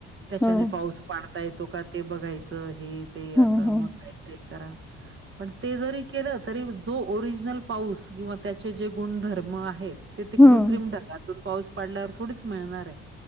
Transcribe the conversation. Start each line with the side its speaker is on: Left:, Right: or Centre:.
Right: त्याच्याने
Centre: हो.
Right: पाऊस पाडता येतो का ते बघायचं हे ते
Centre: हो.
Right: असं
Centre: हो.
Right: मग करा पण ते जरी केलं तरी जो ओरिजिनल पाऊस किंवा त्याचे जे गुणधर्म आहेत ते
Centre: हो.
Right: कृत्रिम ढगातून पाऊस पडल्यावर थोडीच मिळणार आहे.